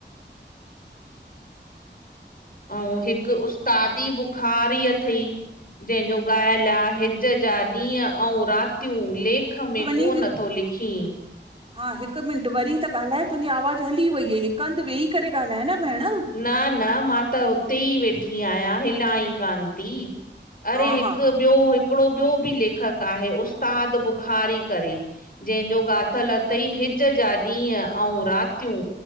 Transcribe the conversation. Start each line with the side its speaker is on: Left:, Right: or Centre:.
Left: अऊं हिक उस्तादी बुखारी अथई। जंहिंजो ॻायल आ, हिज जा ॾींहं अऊं रातियूं लेख लिख में
Right: वञे
Left: कोन
Right: थी
Left: थो लिखी।
Right: हा हिक मिंट वरी त ॻाल्हाए, तुंजी आवाज़ु हली वई हुयई, हिक हंध वेही करे ॻाल्हाए न भेण।
Left: न-न मां त हुते ई वेठी आहियां, हिलां ई कान ती। अरे!
Right: हा
Left: हिक
Right: हा
Left: ॿियो, हिकड़ो ॿियो बी लेखक आहे उस्ताद बुखारी करे। जंहिंजो ॻाथल अथई, हिज जा ॾींहं अऊं रातियूं।